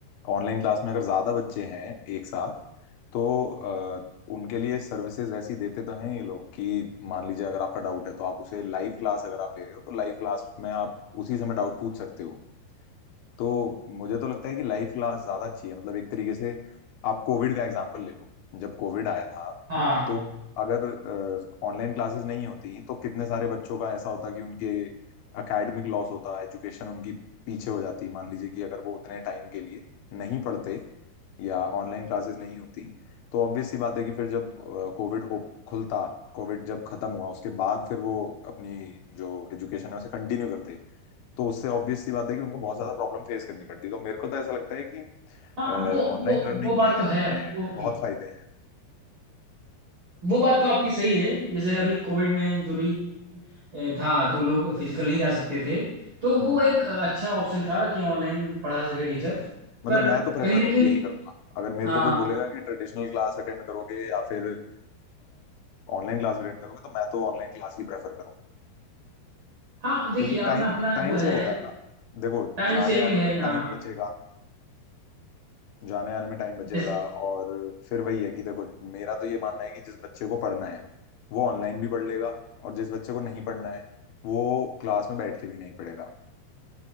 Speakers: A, on the left (about 65°); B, on the right (about 30°).
A: ऑनलाइन क्लास में अगर ज्यादा बच्चे हैं एक साथ तो अ, उनके लिए सर्विसेज वैसी देते तो हैं ये लोग कि मान लीजिए अगर आपका डाउट है तो आप उसे लाइव क्लास अगर आप ले रहे हो तो लाइव क्लास में आप उसी समय डाउट पूछ सकते हो तो मुझे तो लगता है कि लाइव क्लास ज्यादा अच्छी है मतलब एक तरीके से आप कोविड का एग्जांपल ले लो जब कोविड आया था
B: हाँ
A: तो अगर ऑनलाइन क्लासेस नहीं होती तो कितने सारे बच्चों का ऐसा होता कि उनके एकेडमिक लॉस होता एजुकेशन उनकी पीछे हो जाती मान लीजिए कि अगर वो उतने टाइम के लिए नहीं पढ़ते या ऑनलाइन क्लासेस नहीं होती तो ऑब्वियस सी बात है कि फिर जब कोविड खुलता कोविड जब खत्म हुआ उसके बाद फिर वो अपनी जो एजुकेशन है उसे कंटिन्यू करते तो उससे ऑब्वियस सी बात है कि उनको बहुत ज्यादा प्रॉब्लम फेस करनी पड़ती है तो मेरे को तो ऐसा लगता है कि
B: हाँ वो
A: ऑनलाइन
B: वो
A: लर्निंग
B: वो बात
A: के
B: तो
A: अपने
B: है वो
A: बहुत फायदे हैं
B: वो बात तो आपकी सही है जैसे अभी कोविड में जो भी ए, था तो लोग फिजिकल नहीं जा सकते थे तो वो
A: हम्म
B: एक अच्छा ऑप्शन था कि ऑनलाइन पढ़ा सके टीचर
A: मतलब
B: पर
A: मैं तो प्रेफर
B: कहीं ना कहीं
A: यही करूंगा अगर मेरे
B: हाँ
A: को कोई बोलेगा कि ट्रेडिशनल क्लास अटेंड करोगे या फिर ऑनलाइन क्लास अटेंड करोगे तो मैं तो ऑनलाइन क्लास ही प्रेफर करूंगा
B: हाँ देखिए
A: क्योंकि टाइम
B: अपना अपना
A: टाइम
B: वो है
A: सेव होता है ना देखो
B: टाइम
A: जाने
B: सेविंग
A: आने
B: है
A: में
B: हाँ
A: टाइम बचेगा जाने आने में टाइम बचेगा
B: जैसे
A: और फिर वही है कि देखो मेरा तो ये मानना है कि जिस बच्चे को पढ़ना है वो ऑनलाइन भी पढ़ लेगा और जिस बच्चे को नहीं पढ़ना है वो क्लास में बैठ के भी नहीं पढ़ेगा